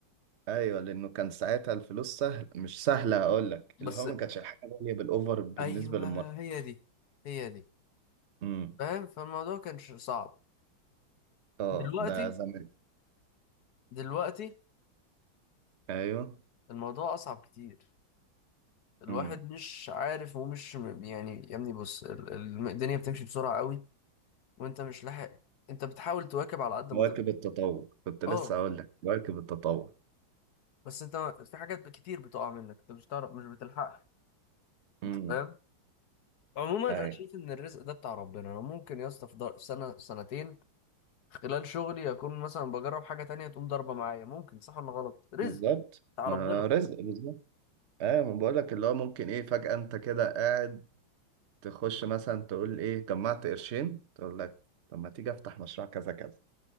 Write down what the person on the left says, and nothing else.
بس
ايوه
هي دي هي دي
فاهم فالموضوع كان ش- صعب
دلوقتي
دلوقتي
الموضوع اصعب كتير الواحد
مش عارف ومش م- يعني يا ابني بص ال- ال- الدنيا بتمشي بسرعه قوي وانت مش لاحق انت بتحاول تواكب على قد
ما تقدر
اه
بس انت في حاجات كتير بتقع منك انت مش تعرف مش بتلحقها انت
فاهم عموما
انا شايف ان الرزق ده بتاع ربنا انا ممكن يا اسطى في ضر- سنه سنتين خلال شغلي اكون مثلا بجرب حاجه تانية تقوم ضربه معايا ممكن صح ولا غلط رزق
بتاع
ربنا